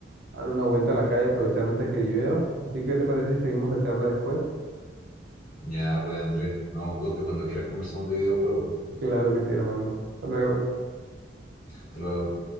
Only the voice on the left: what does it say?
Ya, pues Andrés, no, un gusto cuando quieras conversamos de videojuegos.
Hasta luego.